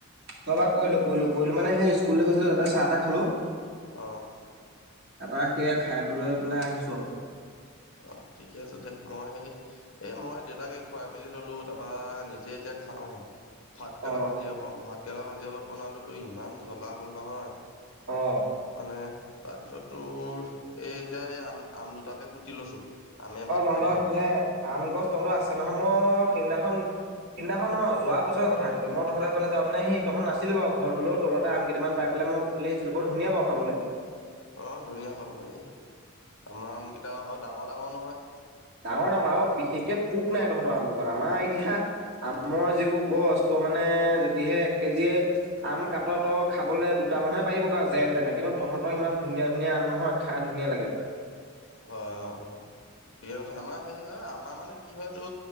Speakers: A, on the right; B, on the left.
A: অ বাৰ কৰিলো কৰিলো কৰিলো মানে সেই স্কুললৈ গৈছিলো তাতে চাহ এটা খালো
B: অহ
A: তাৰপৰা সেই খাইলৈ পেলাই আহিছো আৰু
B: অ' ঠিকে আছে দে মই সেই এই মই দেউতাক এই খুৱাই মেলি ললো তাৰপা নিজে এতিয়া খাওঁহে। ভাতকেৰেলা
A: অ
B: ভাজি আকৌ ভাতকেৰেলা ভাজি অলপ বনালো তো ইমান জ্বলা হ'ল নহয়।
A: অ
B: মানে তাৰপিছত তোৰ এই এতিয়া এই আম আম দুটাকে কাটি লৈছো আমে ভাত
A: অ তহতহ
B: খাই দিম
A: সেইফালে
B: আৰু
A: আম গছ তহঁতৰ আছে নহয় মই সিদিনা সিদিনাখন অ যোৱা বছৰে কথাটো মই তহঁতে পালে যাও নাই সিহত নাছিল বু ঘৰ হলেও তলত আম কেইটামান পাই পেলায় মই আনিছিলো বৰ ধুনীয়া বাৰু খাবলৈ
B: অ ধুনীয়া খাবলৈ এই আমাৰ আমকেইটা আৰু ডাঙৰ ডাঙৰ নহয়
A: ডাঙৰ ডাঙৰ আৰু বিশেষকে পোক নাই তহঁতৰ আম পোকত আমাৰ এতিয়া আমৰ যিবোৰ গছ ত মানে যদিহে এক কেজিয়ে আম কাত ত খাবলে দুটা মানহে পাৰিব কাৰ যেন তেনে কিন্তু তহঁতৰ ইমান ধুনীয়া ধুনীয়া আম নহয় খাই ধুনীয়া লাগে পায়
B: হয় অ হয় ঠিকে কৈছে আমাৰ হে আমাৰ মানে কি হয়তটো